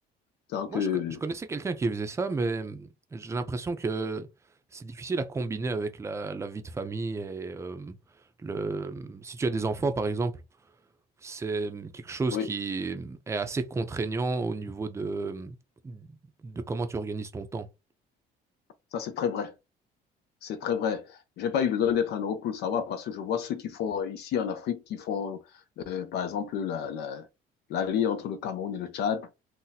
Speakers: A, on the right; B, on the left.
A: <laughs>
B: Tant
A: Moi,
B: que,
A: je, co- je connaissais quelqu'un qui faisait ça, mais hum, j'ai l'impression que c'est difficile à combiner avec la, la vie de famille et euh, le, si tu as des enfants, par exemple, c'est hum, quelque chose
B: oui,
A: qui est assez contraignant au niveau de, de comment tu organises ton temps.
B: ça c'est très vrai. C'est très vrai. J'ai pas eu besoin d'être en Europe pour le savoir parce que je vois ceux qui font euh, ici en Afrique, qui font, euh, par exemple, la, la, la ligne entre le Cameroun et le Tchad.